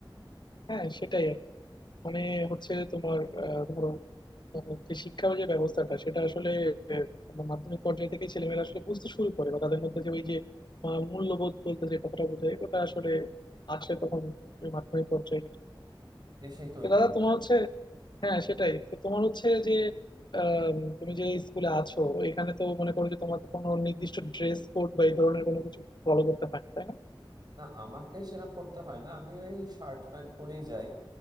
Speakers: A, on the left (about 60°); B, on the right (about 50°).
A: হ্যাঁ সেটাই আর কি। মানে হচ্ছে তোমার আহ, ধরো আহ, যে শিক্ষার যে ব্যবস্থাটা সেটা আসলে আহ, তোমার মাধ্যমিক পর্যায়ে থেকে ছেলেমেয়েরা আসলে বুঝতে শুরু করে বা তাদের মধ্যে যে ওই যে আহ, মূল্যবোধ বলতে যে কথাটা বোঝায় ওটা আসলে আসে তখন ওই মাধ্যমিক পর্যায়ে
B: এসেই তৈরি
A: তো দাদা
B: হতো
A: তোমার হচ্ছে হ্যাঁ সেটাই তো তোমার হচ্ছে যে আহ, উম, তুমি যে স্কুলে আছো এখানে তো মনে করো যে তোমাকে কোনো নির্দিষ্ট ড্রেস কোড বা এই ধরনের কোনো কিছু ফলো করতে হয় না, তাই না
B: না আমাকে সেরকম করতে হয় না আমি ওই শার্ট প্যান্ট পরেই যাই